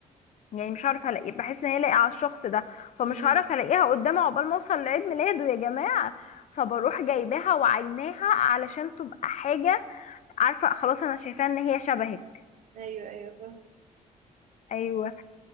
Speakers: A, on the left (about 60°); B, on the right (about 65°).
A: يعني مش هعرف الاقيه بحس ان هي لاقيه على الشخص ده فمش
B: امم
A: هعرف الاقيها قدامه عقبال ما اوصل لعيد ميلاده يا جماعه فبروح جايباها وعيناها علشان تبقى حاجه عارفه خلاص انا شايفاها ان هي شبهك
B: ايوه ايوه فاهمة.
A: ايوه